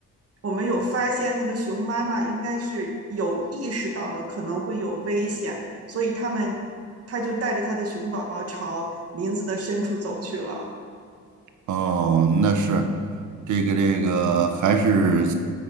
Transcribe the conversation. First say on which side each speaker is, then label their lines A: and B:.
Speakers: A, on the right; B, on the right.
A: 我们有发现那个熊妈妈应该是有意识到了可能会有危险，所以他们他就带着他的熊宝宝朝林子的深处走去了。
B: 哦，那是这个这个还是